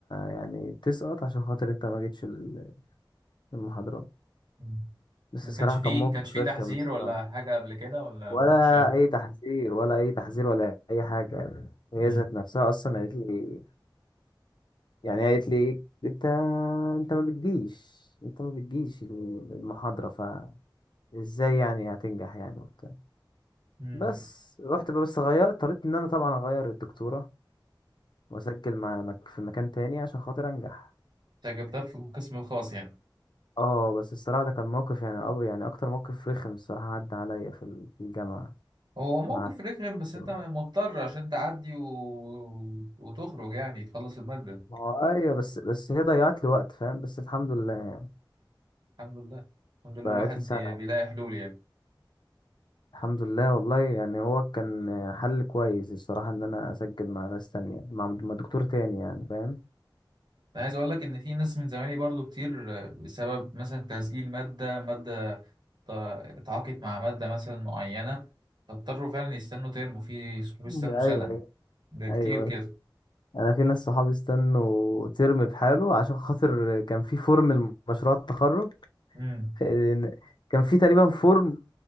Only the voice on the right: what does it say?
مم.
ما
كانش فيه
كانش فيه
تحذير
ولا حاجة قبل كده ولا
مش شرط
امم
امم
انت جبتها في القسم الخاص يعني
هو موقف
رخم بس
انت مضطر عشان تعدي و... وتخرج يعني تخلص المادة
الحمد لله الحمد لله
الواحد
بيلاقي حلول يعني
انا عايز اقول لك ان في ناس من زمايلي برضو كتير بسبب مثلا تسجيل ماده ماده تع- تعاقد مع ماده مثلا معينه فاضطروا فعلا يستنوا ترم في صحاب يستنوا
سنه
ده كتير
كده
امم